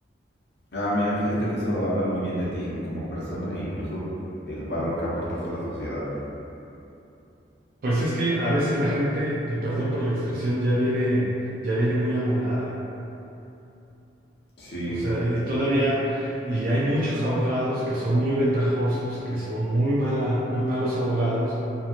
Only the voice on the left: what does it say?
Ah, mira, fíjate que eso habla muy bien de ti como persona e incluso el valor que aportas a la sociedad.
Sí.